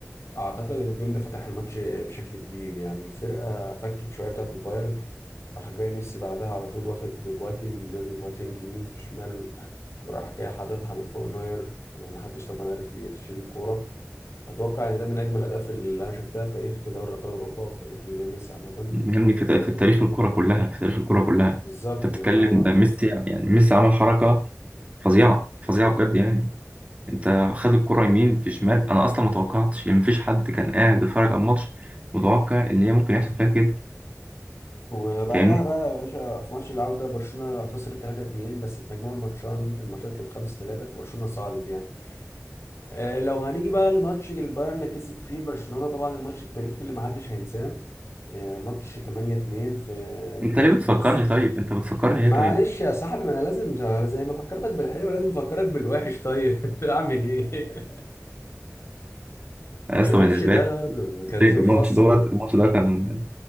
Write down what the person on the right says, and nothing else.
يعني في
في تاريخ الكره كلها في تاريخ الكره كلها
انت بتتكلم
ده ميسي يعني يعني ميسي عمل حركه فظيعة فظيعة بجد يعني انت خد الكرة يمين في شمال انا اصلا ما توقعتش يعني مفيش حد كان قاعد بيتفرج على الماتش متوقع ان هي ممكن يحصل فيها كده
فاهمني
انت ليه بتفكرني
طيب انت بتفكرني ليه
طيب
انا
اصلا بالنسبة
لي
الماتش
دوت
الماتش ده كان